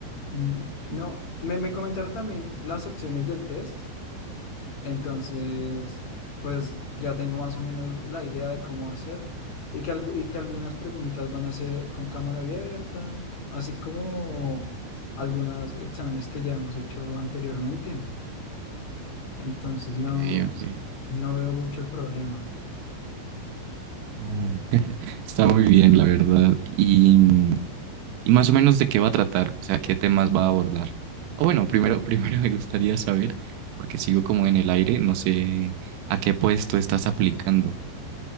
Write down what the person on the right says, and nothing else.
Ok, ok.
Mm. <laughs> Está muy bien, la verdad. Y mm, Y más o menos de qué va a tratar, o sea, qué temas va a abordar. O bueno, primero, <laughs> primero me gustaría saber, porque sigo como en el aire, no sé a qué puesto estás aplicando.